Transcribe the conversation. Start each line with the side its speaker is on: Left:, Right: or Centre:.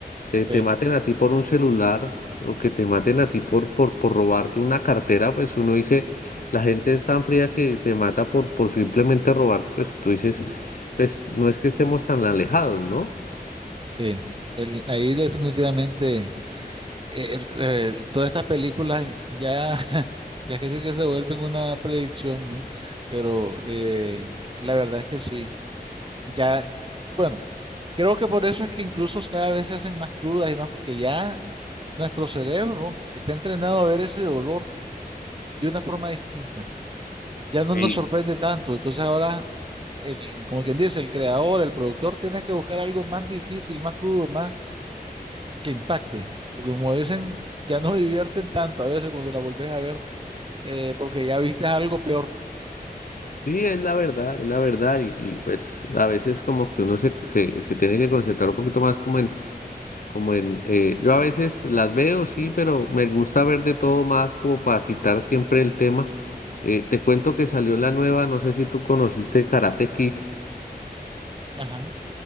Left: que te
Right: sí,
Left: maten a ti por un celular o que te maten a ti por, por, por robarte una cartera, pues uno dice, la gente es tan fría que te mata por, por simplemente robarte, pues tú dices, pues no es que estemos tan alejados, ¿no?
Right: sí. El- ahí definitivamente. eh, eh, todas estas películas ya, <laughs> ya casi que se vuelven una predicción, ¿no? Pero eh, la verdad es que sí, ya, bueno, creo que por eso es que incluso cada vez se hacen más crudas y más, porque ya nuestro cerebro está entrenado a ver ese dolor de una forma distinta, ya no
Left: Sí.
Right: nos sorprende tanto, entonces ahora, el, como quien dice, el creador, el productor, tiene que buscar algo más difícil, más crudo, más que impacte. Porque como dicen, ya no <laughs> divierten tanto a veces cuando la volvés a ver, eh, porque ya viste algo peor.
Left: Sí, es la verdad, es la verdad, y, y, pues a veces como que uno se, se, se tiene que concentrar un poquito más como en Como en, eh, yo a veces las veo, sí, pero me gusta ver de todo más como para quitar siempre el tema. Eh, te cuento que salió la nueva, no sé si tú conociste Karate Kid
Right: Ajá,